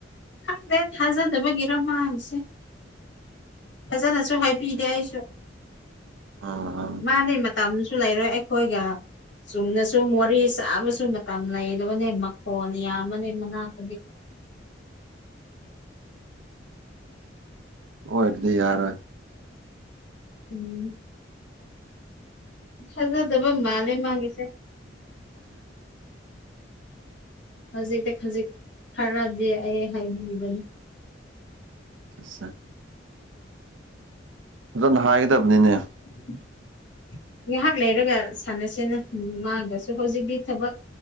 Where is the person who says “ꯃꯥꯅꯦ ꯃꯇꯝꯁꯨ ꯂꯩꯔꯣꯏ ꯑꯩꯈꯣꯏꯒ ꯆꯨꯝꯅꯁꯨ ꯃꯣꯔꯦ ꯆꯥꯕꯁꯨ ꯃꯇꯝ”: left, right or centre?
Left